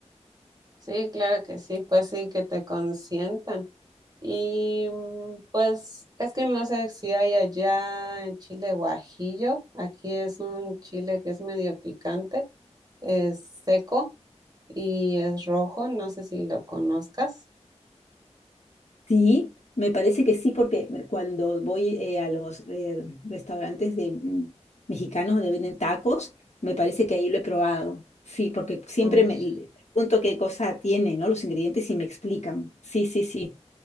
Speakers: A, on the right; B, on the left.
A: Sí, claro que sí, pues sí, que te consientan. Y mm, pues es que no sé si hay allá en Chile guajillo. Aquí es un chile que es medio picante, es seco y es rojo, no sé si lo conozcas.
B: Sí, me parece que sí, porque me- cuando voy eh, a los eh, restaurantes de mm, mexicanos donde venden tacos, me parece que ahí lo he probado. Sí, porque siempre
A: Oh,
B: me
A: ya.
B: pregunto qué cosa tienen, ¿no? Los ingredientes y me explican. Sí, sí, sí.